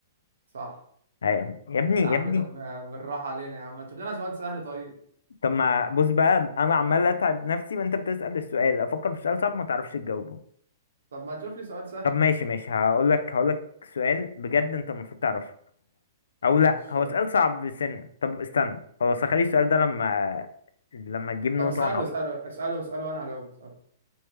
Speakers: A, on the right; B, on the left.
A: صح
B: أي- يا ابني يا
A: يا عم
B: ابني
A: طب آه، بالراحة علينا يا عم ما تشوف لنا سؤال سهل طيب
B: طب ما بص بقى انا عمال اتعب نفسي وانت بتسأل السؤال افكر في سؤال صعب ما تعرفش تجاوبه
A: طب ما تشوف لي سؤال سهل
B: طب ماشي ماشي هقول لك هقول لك سؤال بجد انت المفروض تعرفه او
A: ماشي
B: لا هو
A: يلا
B: سؤال صعب بسنة طب استنى خلاص هخلي السؤال ده لما لما تجيب نقطة
A: طب اسأله اسأله اسأله اسأله وأنا هجاوب اسأله